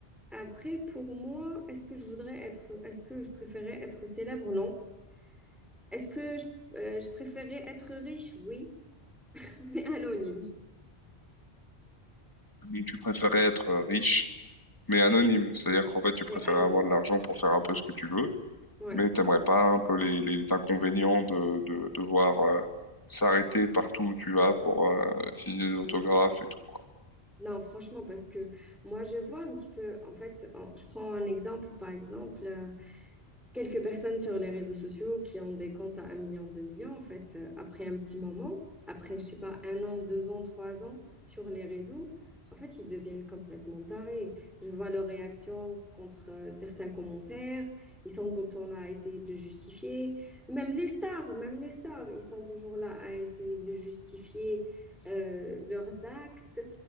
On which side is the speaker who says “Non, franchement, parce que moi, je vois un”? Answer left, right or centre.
Centre